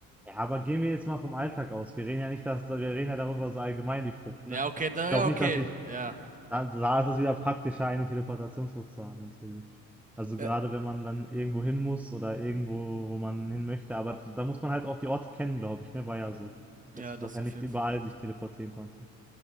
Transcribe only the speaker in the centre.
Ja, aber gehen wir jetzt mal vom Alltag aus. Wir reden ja nicht, dass, wir reden ja darüber so allgemein die Frucht, ne?
Ich glaube
nicht, dass ich,
da, da ist es wieder praktischer, eine Teleportationsfrucht zu haben, natürlich. Also
gerade wenn man dann irgendwo hin muss oder irgendwo, wo man hin möchte, aber da muss man halt auch die Orte kennen, glaube ich, ne? War ja so, dass,
dass
er
nicht
überall
sich teleportieren konnte.